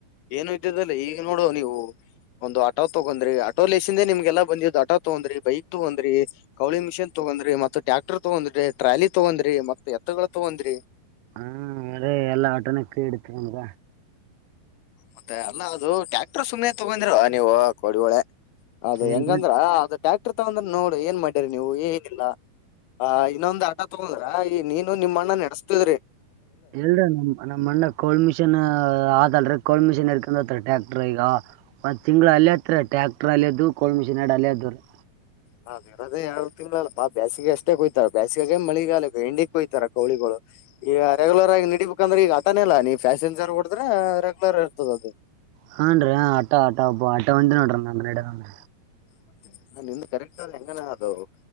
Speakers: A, on the left; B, on the right.
A: ಏನು ಇದ್ದದಲ್ಲ ಈಗ ನೋಡುವ ನೀವು - ಒಂದು ಆಟೋ ತಗೊಂಡ್ರಿ ಆಟೋ ಲೇಸಿಂದ ನಿಮ್ಗೆಲ್ಲ ಬಂದಿದ್ದ್ ಆಟೋ ತಗೊಂಡ್ರಿ ಬೈಕ್ ತಗೊಂಡ್ರಿ ಕೌಳಿ ಮಿಷನ್ ತೊಗೊಂಡ್ರಿ ತಗೊಂಡ್ರಿ ಮತ್ ಟ್ಯಾಕ್ಟರ್ ತಗೊಂಡ್ರಿ ಟ್ರಾಲಿ ತಗೊಂಡ್ರಿ ಮತ್ತ ಎತ್ತಗಳು ತಗೊಂಡ್ರಿ
B: ಹ್ಮ ನ ಎಲ್ಲಾ ಆಟೋನ ಕೈ ಹಿಡತ ನಮಗ
A: ಮತ್ತೆ ಅಲ್ಲ ಅದು ಟ್ಯಾಕ್ಟ್ರರ್ ಸುಮ್ಮ್ನೆ ತಗೊಂಡಿರ ನೀವು ಕೋಡಿಗೋಳೆ ಅದ
B: ಎಲ್ರಿ
A: ಹೆಂಗಂದ್ರ ಅದು ಟ್ಯಾಕ್ಟರ್ ತಗಂದ್ರ ನೋಡಿ ಏನ್ ಮಾಡ್ಯರಿ ನೀವು ಏನ ಇಲ್ಲಾ ಆ ಇನ್ನೊಂದ ಆಟೋ ತಗೊಂಡ್ರ ಈ ನೀನು ನಿಮ್ಮ್ ಅಣ್ಣ ನೆಡೆಸ್ತಿದ್ರಿ
B: ಎಲ್ರ ನಮ್ ನಮ್ಮ ಅಣ್ಣ ಕೋಲ್ ಮಿಷನ್ ಆದಲ್ರಿ ಕೋಲ್ ಮಿಷಿನ್ ಹಡ್ಕ ಟ್ಯಾಕ್ಟರ್ ಈಗ ಒಂದ್ ತಿಂಗಳು ಅಲ್ಲ ಹತ್ರ ಟ್ಯಾಕ್ಟರ್ ಅಲ್ಲದು ಕೋಲ್ ಮಿಷನ್ ಅದು <unintelligible>
A: ನಾ ಇರದೇ ಎರಡು ತಿಂಗಳಲ್ಲ ಫಾ ಬ್ಯಾಸಿಗೆ ಅಷ್ಟೇ ಕೊಯ್ತಾರ ಬೇಸಿಗೆಗ ಮಳಿಗಾಲ ಎಂಡಿಗ್ ಕೊಯ್ತಾರ ಕೌಳಿಗಳು ಈಗ ರೆಗ್ಯುಲರ್ ಆಗಿ ನಡಿಬೇಕಂದ್ರೆ ಈಗ ಅಂದನೆಲ್ಲಾ ನೀ ಫ್ಯಾಷಜರ್ ಹೊಡದ್ರೆ ರೆಗ್ಯುಲರ್ ಇರ್ತದ ಅದು
B: ಹಾ ಅನ್ ಆಟೋ ಆಟೋ ಒಬ್ಬ ಆಟೋ ಒಂದ ನೋಡ್ರಿ ನ ನಡನ್ರಿ
A: ಮತ್ತೆ ನಿ ಕರೆಕ್ಟ್ ಆದ ಹೆಂಗನ ಅವು